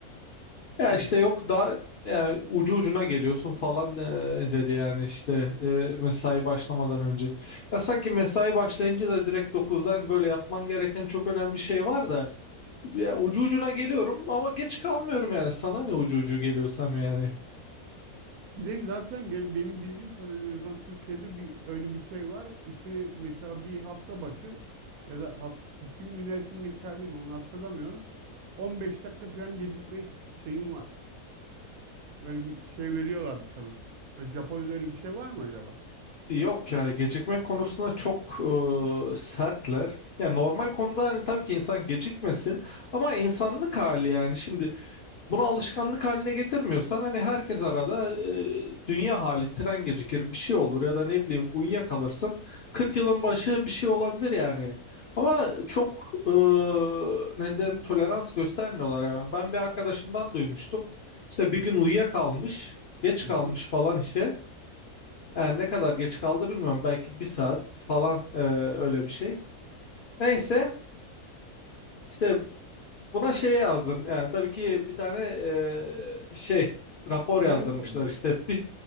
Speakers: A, on the left (about 80°); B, on the right (about 80°).
A: Ya
B: Evet.
A: işte yok da yani ucu ucuna geliyorsun falan e, dedi yani işte e, mesai başlamadan önce. Ya sanki mesai başlayınca da direkt dokuzdan böyle yapman gereken çok önemli şey var da ya ucu ucuna geliyorum ama geç kalmıyorum yani sana ne ucu ucu geliyorsam yani.
B: Bir de zaten ge- benim bildiğim kadarıyla en azından Türkiye'de bir öyle bir şey var. İşi mesela bir hafta başı ya da haf- bütün günler için geçerli mi onu hatırlamıyorum. 15 dakika falan gecikme ş- şeyin var. Böyle bir şey veriyorlardı sana. Ö, Japonya'da öyle bir şey var mı acaba?
A: Yok ya gecikme konusunda çok e, sertler. Ya normal konuda hani tabii ki insan gecikmesin ama insanlık hali yani şimdi Bunu alışkanlık haline getirmiyorsan hani herkes arada e, dünya hali tren gecikir bir şey olur ya da ne bileyim uyuyakalırsın. 40 yılın başı bir şey olabilir yani. Ama çok e, ne derim tolerans göstermiyorlar yani. Ben bir arkadaşımdan duymuştum. İşte bir
B: Evet.
A: gün uyuyakalmış, geç
B: Hı
A: kalmış
B: hı.
A: falan işe. Yani ne kadar geç kaldı bilmiyorum. Belki bir saat falan e, öyle bir şey. Neyse işte Buna şey yazdım. Yani tabii ki bir tane eee, şey rapor
B: Şikayet
A: yazdırmışlar
B: formu mu?
A: işte pi-